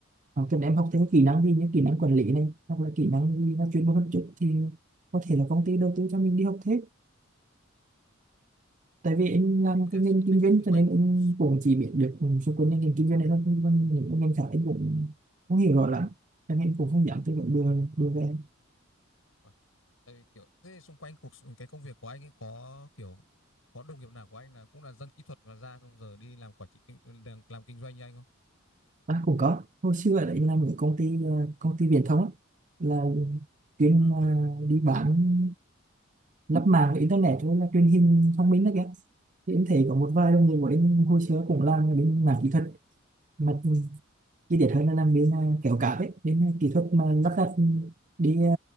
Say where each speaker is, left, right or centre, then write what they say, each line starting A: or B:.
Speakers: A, on the right; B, on the left.
A: Ờ, cần em học thêm kỹ năng gì như kỹ năng quản lý này hoặc là kỹ năng gì nó chuyên môn hơn chút thì có thể là công ty đầu tư cho mình đi học thêm tại
B: Vâng.
A: vì em
B: với
A: làm cái
B: cả
A: ngành
B: xung,
A: kinh
B: anh thấy
A: doanh
B: xung
A: cho
B: quanh
A: nên em cũng chỉ biết được xung quanh cái ngành kinh doanh này thôi còn những cái ngành khác em cũng không hiểu rõ lắm cho nên em cũng không dám tư vấn đưa
B: vâng
A: đưa về em.
B: vâng tại vì kiểu thế xung quanh cuộc cái công việc của anh ấy có kiểu có đồng nghiệp nào của anh là cũng là dân kỹ thuật và ra xong giờ đi làm quản trị kinh, làm, làm kinh doanh như anh không
A: à, cũng có hồi xưa đấy làm ở công ty ờ, công ty viễn thông á, là chuyên
B: à
A: ờ,
B: vâng
A: đi bán lắp mạng internet với là truyền hình thông minh đó kìa thì em thấy có một vài đồng nghiệp của em hồi xưa cũng làm ở bên mảng kỹ thuật mặt chi tiết hơn là làm bên à, kéo cáp ấy bên kỹ thuật mà lắp đặt đi à,